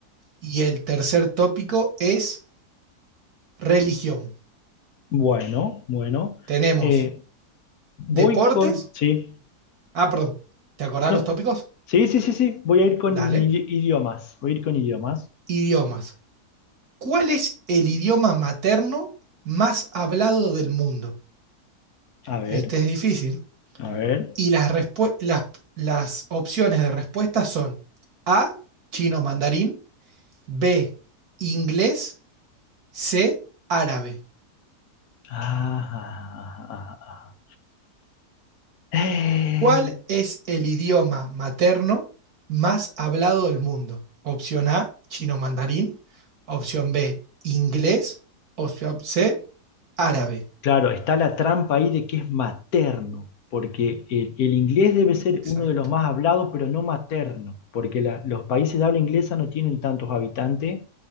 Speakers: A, on the right; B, on the left.
A: y el tercer tópico es religión.
B: Bueno, bueno.
A: Tenemos
B: Eh, voy
A: deportes.
B: con. Sí,
A: Ah, perdón, ¿te acordás
B: no.
A: los tópicos?
B: Sí, sí, sí, sí. Voy a ir con
A: Dale.
B: idi- idiomas. Voy a ir con idiomas.
A: Idiomas ¿Cuál es el idioma materno más hablado del mundo?
B: A ver,
A: Este es difícil.
B: a ver.
A: Y las, respue- las, las opciones de respuesta son A, chino mandarín, B, inglés, C, árabe.
B: Ah, ah, ah, ah, ah. Eh,
A: ¿Cuál es el idioma materno más hablado del mundo? Opción A, chino mandarín, opción B, inglés, opción C, árabe.
B: claro, está la trampa ahí de que es materno, porque el, el inglés debe ser
A: Exacto.
B: uno de los más hablados, pero no materno, porque la- los países de habla inglesa no tienen tantos habitantes